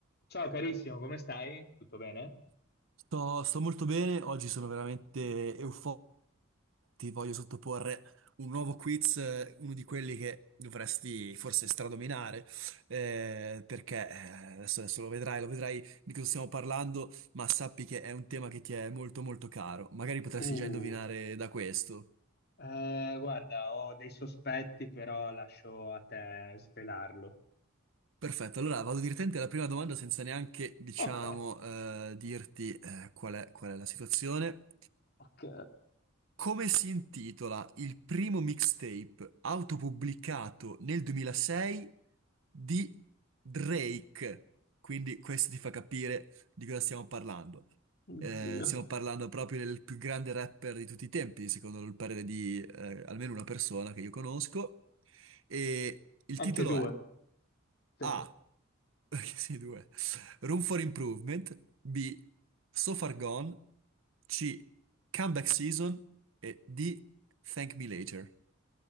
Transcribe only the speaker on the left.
Ciao carissimo, come stai? Tutto bene?
Uh,
Eh, guarda, ho dei sospetti, però lascio a te svelarlo.
Ok,
ok.
Oddio.
anche
due.
Sì.